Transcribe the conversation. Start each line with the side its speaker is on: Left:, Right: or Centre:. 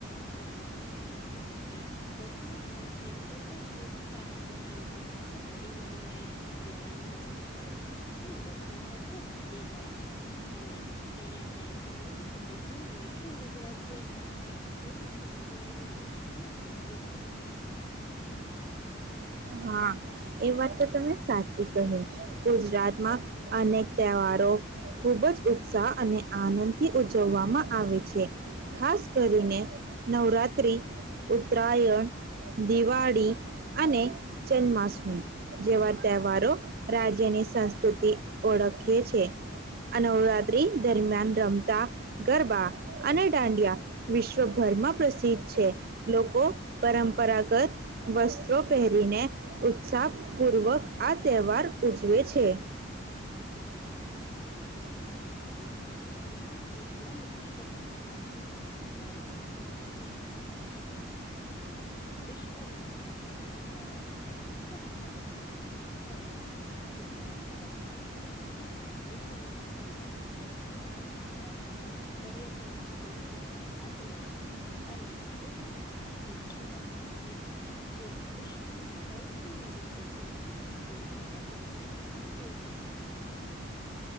Left: સ્વભાવના હોય છે. એ બધા સાથે બધા જ પ્રાંત તો ના લોકો સાથે હળી મળીને રહેવાનું પસંદ કરે છે. અને બધા સાથે ભળી જાય છે અને અહિયાં તેમ કહેવાય છે કે જેટલું મીઠું ગુજરાતીઓ થાય છે એનાથી વધારે મીઠા અહીં ના લોકો હોય છે.
Right: હા એ વાત તો તમે સાચી કહે ગુજરાતમાં અનેક તહેવારો ખુબ જ ઉત્સાહ અને આનંદ થી ઉજવવામાં આવે છે, ખાસ કરીને નવરાત્રી, ઉત્તરાયણ, દિવાળી અને જન્માષ્ મી જેવા તહેવારો રાજ્યની સંસ્કૃતિ ઓળખે છે આ નવરાત્રી દરમિયાન રમતા ગરબા અને દાંડિયા વિશ્વભરમાં પ્રસિદ્ધ છે. લોકો પરંપરાગત વસ્ત્રો પહેરીને ઉત્ સાહ પૂર્વક આ તહેવાર ઉજવે છે.
Left: સાચી વાત છે. અને ગુજરાતના પર્યટન સ્થળ પણ એટલા જ વિશ્વ પ્રખ્યાત છે દર વર્ષે વેકેશન ના સમયમાં વિશ્વભરના ઘણા પ્રવાસીઓ કે ભારતના ઘણા પ્રવાસીઓ ગુજરાત ફર્ વા માટે અહીં આવે છે એમના પરિવાર સાથે અહિયાંના ઘ ઘણા પર્યટન સ્થળોની મુલાકાત લે છે. અને એમાં પણ સ્ટેચ્યુ ઓફ યુનિટી જે વિશ્વનો સૌથી મોટો સ્ટેચ્યુ છે એ પણ તો ગુજરાતમાં આવેલો. છે.